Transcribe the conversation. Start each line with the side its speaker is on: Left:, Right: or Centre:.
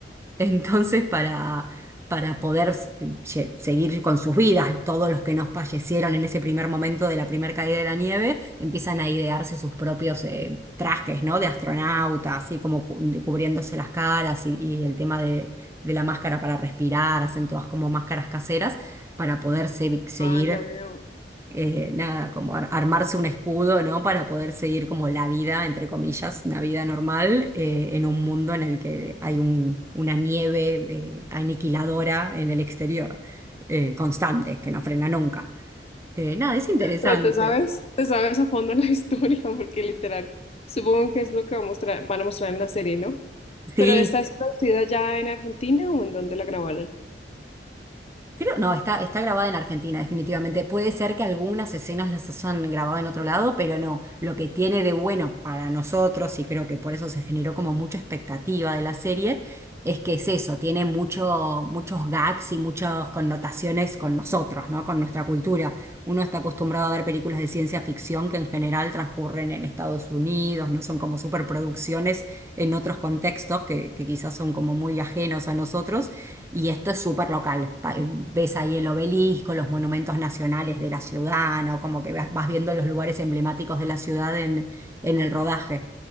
Right: Entonces, para, para poder s- lle- seguir con sus vidas, todos los que nos fallecieron en ese primer momento de la primera caída de la nieve, empiezan a idearse sus propios eh, trajes, ¿no? De astronauta, así como cu- cubriéndose las caras y, y el tema de, de la máscara para respirar, hacen todas como máscaras caseras para poder se- seguir
Left: Ah, ya veo.
Right: eh, nada, como ar- armarse un escudo, ¿no? Para poder seguir como la vida, entre comillas, una vida normal eh, en un mundo en el que hay un- una nieve eh, aniquiladora en el exterior, eh, constante, que no frena nunca. Eh, nada, es interesante.
Left: Pero te sabes, te sabes a fondo la <laughs> historia, porque literal, supongo que es lo que va a mostrar- van a mostrar en la serie, ¿no?
Right: Sí,
Left: Pero ¿esta es traducida ya en Argentina o en dónde la grabaron?
Right: Creo, no, está, está grabada en Argentina, definitivamente. Puede ser que algunas escenas las hayan grabado en otro lado, pero no. Lo que tiene de bueno para nosotros, y creo que por eso se generó como mucha expectativa de la serie, es que es eso, tiene mucho, muchos gags y muchas connotaciones con nosotros, ¿no? Con nuestra cultura. Uno está acostumbrado a ver películas de ciencia ficción que en general transcurren en Estados Unidos, no son como superproducciones en otros contextos que, que quizás son como muy ajenos a nosotros. Y esto es súper local. Pa- eh, Ves ahí el obelisco, los monumentos nacionales de la ciudad, ¿no? Como que vas vas viendo los lugares emblemáticos de la ciudad en, en el rodaje.